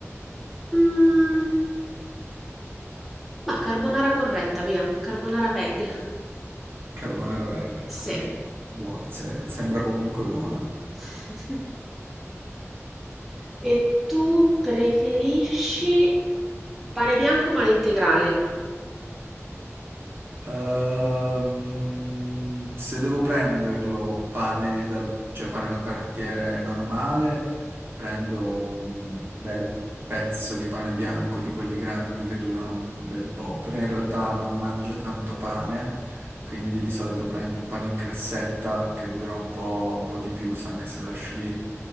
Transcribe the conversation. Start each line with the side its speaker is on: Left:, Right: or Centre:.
Centre: Mm, Mah, carbonara corretta, via, carbonara veg.
Right: Carbonara veg,
Centre: Sì.
Right: dai. Buona, se- sembra comunque buona.
Centre: <laughs> E tu preferisci pane bianco o pane integrale?
Right: Ehm, se devo prenderlo pane dal, cioè pane dal panettiere normale, prendo un bel pezzo di pane bianco di quelli grandi che durano un bel po', però in realtà non mangio tanto pane, quindi di solito prendo il pane in cassetta che dura un po', un po' di più, se anche se lo lasci lì,